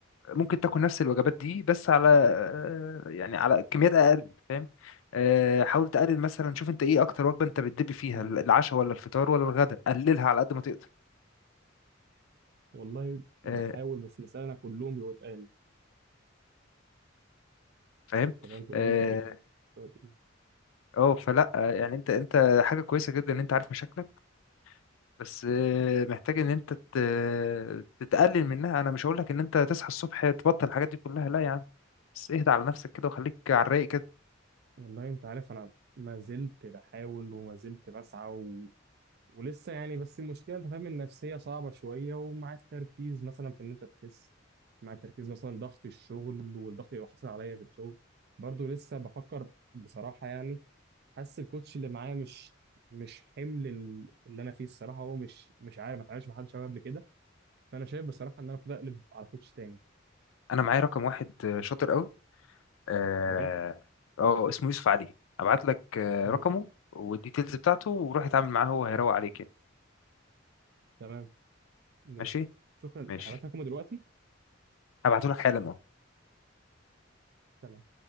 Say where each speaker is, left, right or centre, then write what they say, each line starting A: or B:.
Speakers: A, on the left; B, on the right.
A: ممكن تاكل نفس الوجبات دي بس على آه، يعني على كميات اقل فاهم آه، حاول تقلل مثلا شوف انت ايه اكتر وجبه انت بتدب فيها
B: مهم.
A: العشاء ولا الفطار ولا الغداء قللها على قد ما تقدر
B: والله بحاول
A: آه،
B: بس المسألة أنا كلهم بيبقوا تقال
A: فاهم
B: تمام كلهم
A: اه
B: بيبقوا في مستوى تقيل.
A: آه، فلا آه، يعني انت انت حاجه كويسه جدا ان انت عارف مشاكلك بس آه، محتاج ان انت ت- تتقلل منها انا مش هقول لك ان انت تصحى الصبح تبطل الحاجات دي كلها لا يا عم بس اهدى على نفسك كده وخليك على الرايق كده
B: والله أنت عارف أنا ما زلت بحاول وما زلت بسعى و... ولسه يعني بس المشكلة أنت فاهم النفسية صعبة شوية ومع التركيز مثلا في إن أنت تخس مع التركيز مثلا ضغط الشغل والضغط اللي حاصل عليا في الشغل برضه لسه بفكر بصراحة يعني حاسس الكوتش اللي معايا مش مش حمل ال- اللي أنا فيه الصراحة هو مش مش عارف ما اتعاملش مع حد شباب قبل كده فانا شايف بصراحه ان انا المفروض اقلب على كوتش تاني
A: انا معايا رقم واحد آه، شاطر قوي اه
B: بجد
A: آه، اسمه يوسف علي ابعت لك آه،
B: مم.
A: رقمه والديتيلز بتاعته وروح اتعامل معاه هو هيروق عليك يعني
B: تمام ماشي
A: ماشي
B: شكرا
A: ماشي
B: هبعت لكم دلوقتي
A: هبعته لك حالا أهو.
B: تمام